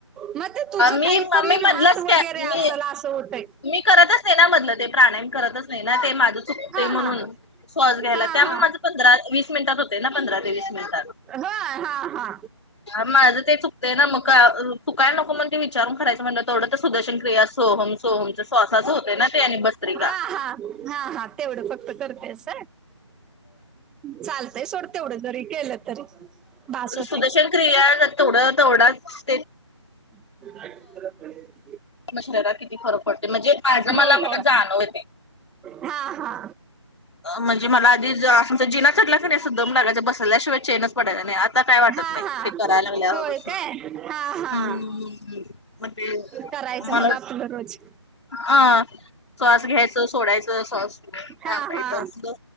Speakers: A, in the centre; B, on the left.
A: मग ते तुझं
B: मी
A: काहीतरी
B: मी
A: राहात
B: मधलंच त्या
A: वगैरे
B: मी
A: असल असं होतंय.
B: मी करत असते ना मधलं ते प्राणाम करतच. नाही ना ते माझं चुकत
A: हा
B: म्हणून
A: हा
B: श्वास घ्यायला
A: हा
B: त्या
A: हा
B: माझ पंधरा वीस मिनिटात होते ना पंधरा ते वीस मिनिट.
A: हाय हा हा.
B: माझं ते चुकतंय ना मग चुकाय नको मण ते विचारून करायचं म्हण तेवढं तर सुदर्शन क्रिया अस. सोहम सोहमच्या श्साच होते ना. भस्त्रिका.
A: हा हा हा हा तेवढं फक्त करतेस चाल ते सोडते तेवढे जरी केलं. तरी बास होतंय
B: सुदर्शन क्रिया तेथोड तेवडा ते
A: <unintelligible>
B: म शरीरात किती फरक पडते म्हणजे माझं
A: होय
B: मला मला
A: होय
B: जाणव येते.
A: हा हा.
B: म्हणजे मला आधी असमचा जिना चटढला क नाही सध मगडगाच्या बसल्याशिवाय चेनच पडायचा नाही आता काय वाटत.
A: ह हा
B: नाही. ते करायला लागल्यापासून.
A: होय काय हा हा.
B: हम्म मग ते
A: करायचं
B: मला
A: मग आता दररोज.
B: अ सॉस घ्यायचं सोडायचं सॉस
A: हा
B: पाय
A: हा
B: असलं